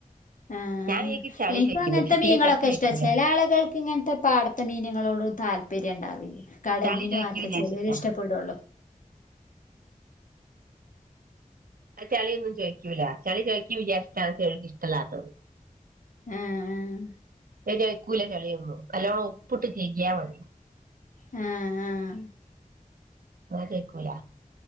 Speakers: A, on the left; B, on the right.
A: ആഹ്
B: ഞാൻ എനിക്ക്
A: ആഹ്എൻക്കു
B: ചളി ചോദിക്കുന്നു
A: അങ്ങൻത്തെ
B: പക്ഷെ
A: മീങ്ങളൊക്കെഇഷ്ട
B: തീരെ ചളി ചോദിക്കൂല
A: ചെലആളുകൾക്ക് ഇങ്ങൻത്തെ പാട് ത്തേ മീന്ങ്ങളോടും താല്പര്യണ്ടാവില്ല്യ കടൽമീന്
B: ചളി ചോദിക്കുക
A: മാത്ര
B: വിചാരിച്ചിട്ടാ
A: ചെലര്ഇഷ്ടപ്പെടൊള്ളൂ
B: ആഹ് ചളിയൊന്നുംചൊയിക്ക്യൂല ചളി ചൊയിക്ക്യുല്യ ഷ്ട്ടാണ് ചെലോൽക്ക് ഇഷ്ട്ടല്ലാത്തത്
A: ആഹ്
B: ഏഹ് ജെയക്കൂല ചളിയൊന്നും നല്ലോണുപ്പുട്ട് കൈഗ്യാമതി
A: ആഹ് ആഹ് ആഹ്
B: അതാ ചോയ്ക്കൂല